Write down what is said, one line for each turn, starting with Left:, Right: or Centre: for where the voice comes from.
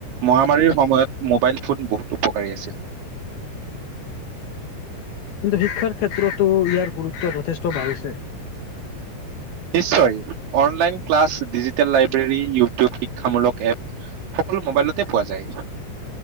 Right: মহামাৰীৰ সময়ত মোবাইল ফোন বহুত উপকাৰী আছিল।
Left: কিন্তু শিক্ষাৰ ক্ষেত্ৰতো ইয়াৰ গুৰুত্ব যথেষ্ট বাঢ়িছে।
Right: নিশ্চয় online- class, digital library, YouTube, শিক্ষামূলক এপ সকলো মোবাইলতে পোৱা যায়।